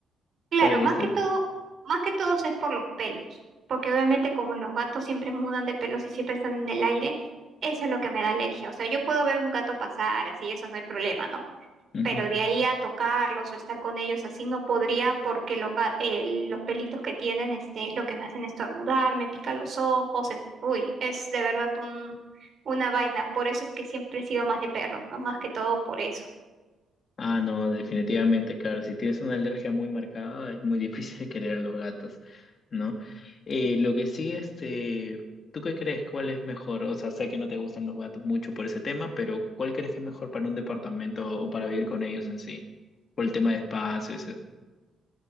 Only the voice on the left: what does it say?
¿Cuál eres
tú?
Ujú.
Ah, no, definitivamente, claro, si tienes una alergia muy marcada es muy <laughs> difícil querer a los gatos, ¿no? Eh, lo que sí, este, ¿tú qué crees? ¿Cuál es mejor? O sea, sé que no te gustan los gatos mucho por ese tema, pero ¿cuál crees que es mejor para un departamento o para vivir con ellos en sí? Por el tema de espacios.